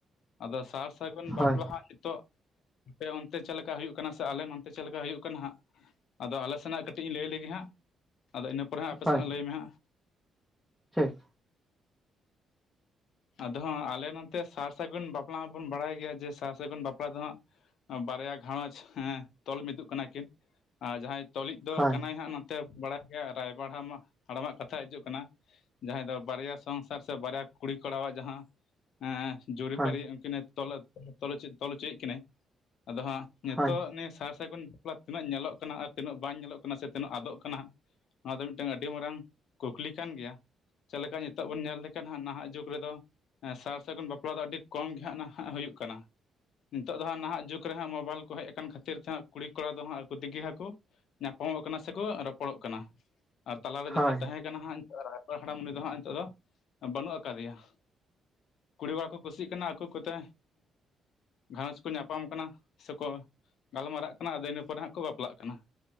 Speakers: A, on the left; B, in the centre.
A: ᱟᱫᱚ ᱥᱟᱨ-ᱥᱟᱹᱜᱩᱱ
B: ᱦᱳᱭ
A: ᱵᱟᱯᱞᱟ ᱦᱟᱸᱜ ᱱᱤᱛᱳᱜ ᱟᱯᱮ ᱚᱱᱛᱮ ᱚᱱᱛᱮᱨᱮ ᱪᱮᱫ ᱞᱮᱠᱟ ᱦᱩᱭᱩᱜ ᱠᱟᱱᱟ ᱥᱮ ᱟᱞᱮ ᱱᱚᱱᱛᱮ ᱪᱮᱫ ᱞᱮᱠᱟ ᱦᱩᱭᱩᱜ ᱠᱟᱱᱟ ᱦᱟᱸᱜ᱾ ᱟᱫᱚ ᱟᱞᱮ ᱥᱮᱱᱟᱜ ᱠᱟᱹᱴᱤᱡ ᱤᱧ ᱞᱟᱹᱭ ᱞᱮᱜᱮ ᱦᱟᱸᱜ ᱟᱫᱚ ᱤᱱᱟᱹ ᱯᱚᱨᱮ ᱦᱟᱸᱜ ᱟᱯᱮ
B: ᱦᱳᱭ
A: ᱥᱮᱱᱟᱜ ᱞᱟᱹᱭ ᱢᱮ ᱦᱟᱸᱜ
B: ᱴᱷᱤᱠ
A: ᱟᱫᱚ ᱟᱞᱮ ᱱᱚᱛᱮ ᱥᱟᱨ-ᱥᱟᱹᱜᱩᱱ ᱵᱟᱯᱞᱟ ᱦᱚᱸᱵᱚᱱ ᱵᱟᱲᱟᱭ ᱜᱮᱭᱟ ᱡᱮ ᱥᱟᱨ-ᱥᱟᱹᱜᱩᱱ ᱵᱟᱯᱞᱟ ᱫᱚ ᱦᱟᱸᱜ᱾ ᱵᱟᱨᱭᱟ ᱜᱷᱟᱨᱚᱸᱧᱡᱽ ᱦᱮ ᱛᱚᱞ ᱢᱤᱫᱚᱜ ᱠᱟᱱᱟ ᱠᱤᱱ ᱟᱨ ᱡᱟᱦᱟᱸᱭ ᱛᱚᱞᱤᱡ ᱫᱚ
B: ᱦᱳᱭ
A: ᱠᱟᱱᱟᱭ ᱦᱟᱸᱜ ᱛᱮ ᱵᱟᱲᱟᱭ ᱜᱮᱭᱟ ᱨᱟᱭᱵᱟᱲ ᱦᱟᱲᱟᱢᱟᱜ ᱠᱟᱛᱷᱟ ᱦᱤᱡᱩᱜ ᱠᱟᱱᱟ ᱡᱟᱦᱟᱸᱭ ᱫᱚ ᱵᱟᱨᱭᱟ ᱥᱚᱝᱥᱟᱨ ᱥᱮ ᱵᱟᱨᱭᱟ ᱠᱩᱲᱤ ᱠᱚᱲᱟ ᱟᱜ ᱡᱟᱦᱟᱸ ᱮᱸ ᱡᱩᱨᱤ-ᱯᱟᱨᱤ
B: ᱦᱳᱭ
A: ᱱᱩᱠᱤᱱ ᱛᱚᱞ ᱛᱚᱞ ᱦᱚᱪᱚ ᱛᱚᱞ ᱦᱚᱪᱚᱭᱮᱫ ᱠᱤᱱᱟᱹᱭ ᱟᱫᱚ ᱦᱟᱸᱜ ᱱᱤᱛᱚᱜ
B: ᱦᱳᱭ
A: ᱱᱤᱭᱟᱹ ᱥᱟᱨ ᱥᱟᱹᱜᱩᱱ ᱵᱟᱯᱞᱟ ᱛᱤᱱᱟᱹᱜ ᱧᱮᱞᱚᱜ ᱠᱟᱱᱟ ᱟᱨ ᱛᱤᱱᱟᱹᱜ ᱵᱟᱝ ᱧᱮᱞᱚᱜ ᱠᱟᱱᱟ ᱥᱮ ᱛᱤᱱᱟᱹᱜ ᱟᱫᱚᱜ ᱠᱟᱱᱟ᱾ ᱱᱚᱣᱟ ᱫᱚ ᱢᱤᱫᱴᱟᱝ ᱟᱹᱰᱤ ᱢᱟᱨᱟᱝ ᱠᱩᱠᱞᱤ ᱠᱟᱱ ᱜᱮᱭᱟ ᱪᱮᱫ ᱞᱮᱠᱟ ᱱᱤᱛᱚᱜ ᱵᱚᱱ ᱧᱮᱞ ᱞᱮᱠᱷᱟᱱ ᱦᱟᱸᱜ ᱱᱟᱦᱟᱜ ᱡᱩᱜᱽ ᱠᱚᱨᱮ ᱫᱚ ᱥᱟᱨ ᱥᱟᱹᱜᱩᱱ ᱵᱟᱯᱞᱟ ᱫᱚ ᱟᱹᱰᱤ ᱠᱚᱢ ᱜᱮ ᱦᱟᱸᱜ ᱱᱟᱦᱟᱸᱜ ᱦᱩᱭᱩᱜ ᱠᱟᱱᱟ᱾ ᱱᱤᱛᱚᱜ ᱫᱚ ᱦᱟᱸ ᱱᱟᱦᱟᱸᱜ ᱡᱩᱜᱽ ᱨᱮᱦᱟᱸᱜ ᱢᱳᱵᱟᱭᱤᱞ ᱠᱚ ᱦᱮᱡ ᱟᱠᱟᱱ ᱠᱷᱟᱹᱛᱤᱨ ᱛᱮᱦᱚᱸ ᱠᱩᱲᱤ ᱠᱚᱲᱟ ᱫᱚ ᱦᱟᱸᱜ ᱟᱠᱚ ᱛᱮᱜᱮ ᱦᱟᱸᱜ ᱠᱚ ᱧᱟᱯᱟᱢᱚᱜ ᱠᱟᱱᱟ ᱥᱮᱠᱚ ᱨᱚᱯᱚᱲᱚᱜ ᱠᱟᱱᱟ᱾ ᱟᱨ ᱛᱟᱞᱟᱨᱮ
B: ᱦᱳᱭ
A: ᱡᱟᱦᱟᱸᱭ ᱛᱟᱦᱮᱸ ᱠᱟᱱᱟᱭ ᱦᱟᱸᱜ ᱨᱟᱭᱵᱟᱨ ᱦᱟᱲᱟᱢ ᱩᱱᱤ ᱫᱚ ᱦᱟᱸᱜ ᱱᱤᱛᱚᱜ ᱫᱚ ᱵᱟᱹᱱᱩᱜ ᱟᱠᱟᱫᱮᱭᱟ᱾ ᱠᱩᱲᱤ ᱠᱚᱲᱟ ᱠᱚ ᱠᱩᱥᱤᱜ ᱠᱟᱱᱟ ᱟᱠᱚ ᱠᱚᱛᱮ ᱜᱷᱟᱨᱚᱸᱡᱽ ᱠᱚ ᱧᱟᱯᱟᱢ ᱠᱟᱱᱟ ᱥᱮᱠᱚ ᱜᱟᱞᱢᱟᱨᱟᱜ ᱠᱟᱱᱟ ᱟᱫᱚ ᱤᱱᱟᱹ ᱯᱚᱨᱮ ᱦᱟᱸᱜ ᱠᱚ ᱵᱟᱯᱞᱟᱜ ᱠᱟᱱᱟ᱾